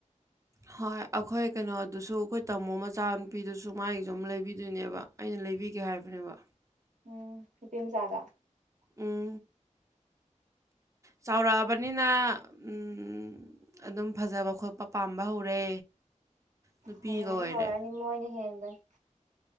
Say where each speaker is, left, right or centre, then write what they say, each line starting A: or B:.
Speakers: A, on the right; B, on the right.
A: ꯍꯣꯏ ꯑꯩꯈꯣꯏ ꯀꯩꯅꯣꯗꯨꯁꯨ ꯑꯩꯈꯣꯏ ꯇꯥꯃꯣ ꯃꯆꯥꯅꯨꯄꯤꯗꯨꯁꯨ ꯃꯥꯒꯤꯁꯨ ꯑꯃ ꯂꯩꯕꯤꯗꯣꯏꯅꯦꯕ ꯑꯩꯅ ꯂꯩꯕꯤꯒꯦ ꯍꯥꯏꯕꯅꯦꯕ
B: ꯎꯝ ꯅꯨꯄꯤ ꯃꯆꯥꯥꯗꯣ
A: ꯎꯝ ꯆꯥꯎꯔꯛꯑꯕꯅꯤꯅ ꯎꯝ ꯑꯗꯨꯝ ꯐꯖꯕ ꯈꯣꯠꯄ ꯄꯥꯝꯕ ꯍꯧꯔꯦ ꯅꯨꯄꯤꯒ
B: ꯍꯧꯔꯛꯑꯅꯤ
A: ꯑꯣꯏꯔꯦ
B: ꯍꯧꯔꯛꯑꯅꯤ ꯃꯣꯏꯅ ꯍꯦꯟꯕꯅꯤ